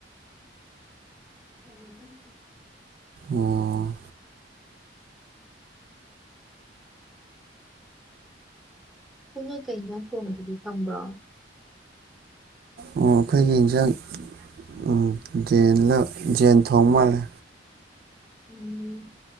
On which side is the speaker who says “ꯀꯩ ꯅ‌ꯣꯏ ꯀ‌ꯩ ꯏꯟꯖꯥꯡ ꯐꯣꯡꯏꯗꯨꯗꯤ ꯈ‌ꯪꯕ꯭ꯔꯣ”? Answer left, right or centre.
Centre